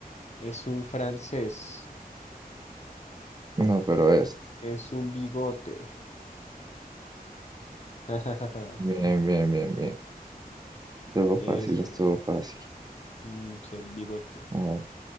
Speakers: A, on the left; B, on the right.
A: es un francés,
B: No, pero esto.
A: es un bigote. <laughs>
B: Bien, bien, bien, bien. Estuvo
A: Eso,
B: fácil, estuvo fácil.
A: mm, se- bigote,
B: A ver.